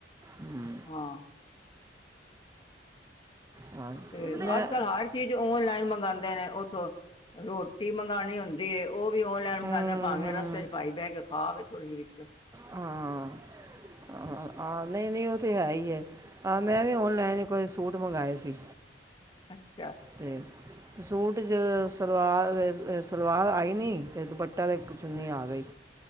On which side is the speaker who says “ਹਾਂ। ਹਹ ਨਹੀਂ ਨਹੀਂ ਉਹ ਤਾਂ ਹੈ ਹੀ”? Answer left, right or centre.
Right